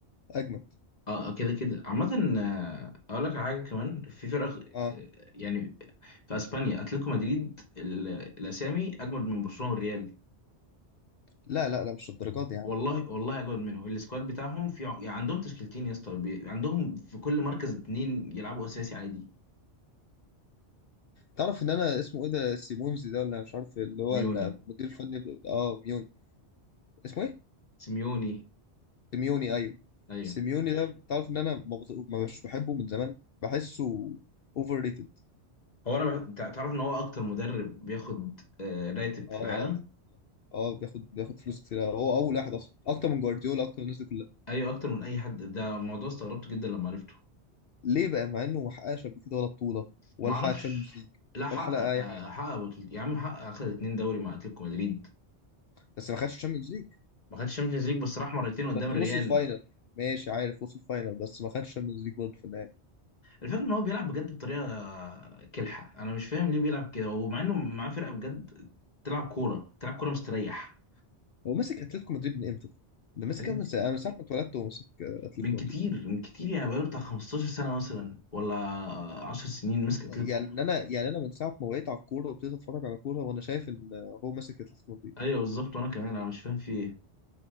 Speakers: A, on the left; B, on the left.
A: اجمد
B: اه آه، كده كده عامة آه، اقول لك على حاجة كمان في فرق
A: اه
B: آه، يعني في اسبانيا اتلتيكو مدريد ال- الاسامي اجمد من برشلونة والريال
A: لا لا لا مش الدرجات دي يا عم
B: والله والله اجمد منهم السكواد بتاعهم في ع- يعني عندهم تشكيلتين يا اسطى بي- عندهم في كل مركز اتنين يلعبوا اساسي عادي
A: تعرف ان انا اسمه ايه ده سيمونز ده ولا مش عارف اللي هو
B: سيميوني
A: المدير الفني ب- اه ميوني اسمه ايه
B: سيميوني
A: سيميوني ايوه
B: ايوع
A: سيميوني ده تعرف ان انا ما بط- ما مش بحبه من زمان بحسه اوفر ريتد
B: هو انا بح... تع- تعرف ان هو اكتر مدرب بياخد آه، راتب
A: اه
B: في العالم
A: اه اه بياخد بياخد فلوس كتير أوي. هو اول واحد اصلا اكتر من جوارديولا اكتر من الناس دي كلها
B: ايوه اكتر من اي حد ده موضوع استغربته جدا لما عرفته
A: ليه بقى مع انه ما حققش قبل كده ولا بطوله ولا
B: معرفش
A: حقق تشامبيونز ليج
B: لا حقق
A: ولا حقق اي
B: آه،
A: حاجه
B: حقق بطولة يا عم حقق اخد اتنين دوري مع اتلتيكو مدريد
A: بس ما خدش تشامبيونز ليج
B: ما خدش الشامبيونز ليج بس راح مرتين قدام
A: بس
B: الريال
A: وصل فاينل ماشي عارف وصل فاينل بس ما خدش تشامبيونز ليج برضه في النهايه
B: الفكره ان هو بيلعب بجد بطريقه آه، كلحه انا مش فاهم ليه بيلعب كده ومع انه معاه فرقه بجد تلعب كوره تلعب كوره مستريح
A: هو ماسك اتلتيكو مدريد من امتى ده؟ ده ماسك
B: من
A: من ساعة- من ساعة ما اتولدت وهو ماسك آه، اتلتيكو
B: من كتير
A: مدريد
B: من كتير يعني بقاله بتاع 15 سنه مثلا ولا 10 سنين ماسك اتلتيكو
A: يعني انا يعني انا من ساعة ما وقعت على الكورة وابتديت اتفرج على كورة وانا شايف ان آه، هو ماسك اتلتيكو مدريد
B: ايوه بالظبط وانا كمان انا مش فاهم في ايه